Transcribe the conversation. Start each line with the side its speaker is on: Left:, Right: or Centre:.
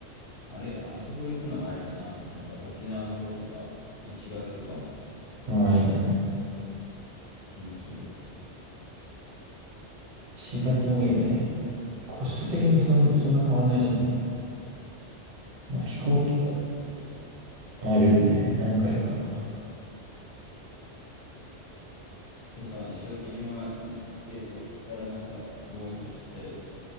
Left: あれ、あそこ行くのもありだな。なんか、沖縄の方とか、石垣とかも
Right: ああ、いいね。
Left: 気持ちいいよ。
Right: 石垣もいいよね。コスト的にそん、そんな変わんないしね。まあ、飛行機
Left: 行ったことあるんだっけ
Right: あるよね。何回か。
Left: とか、石垣島行って、そっからなんか、もう一個ちっちゃい、